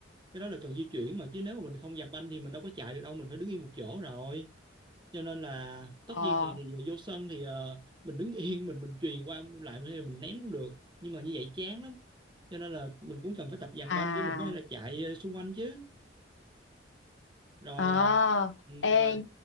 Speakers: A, on the right; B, on the left.
A: cái đó là cần di chuyển mà chứ nếu mà mình không giặt banh thì mình đâu có chạy được đâu mình phải đứng yên một chỗ rồi cho nên là tất
B: Ờ
A: nhiên thì, thì vô sân thì ờ, mình đứng yên mình mình chuyền qua lại mình, mình ném cũng được nhưng mà như vậy chán lắm cho nên là mình cũng cần phải tập giằng
B: à
A: banh để mình có thể là chạy ờ, xung quanh chứ rồi
B: ờ
A: ờ, ừ,
B: ê
A: rồi